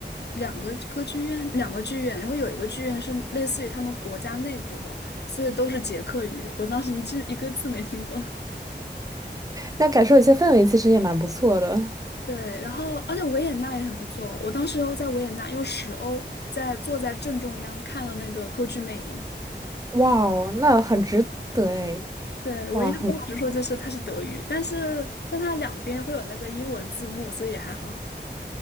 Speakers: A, on the left (about 65°); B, on the right (about 20°).
A: 两个歌剧院、两个剧院，然后有一个剧院是类似于他们国家内部的，所以都是捷克语。我当时一句一个字没听懂。<laughs>
B: 那感受一下氛围，其实也蛮不错的。
A: 对，然后而且维也纳也很不错，我当时在维也纳用十欧在坐在正中央看了那个歌剧魅影。
B: 哇哦，那很值得哎，
A: 对，
B: 哇，
A: 唯一的不好之说就是它是德语，
B: 很，
A: 但是但它两边会有那个英文字幕，所以也还好。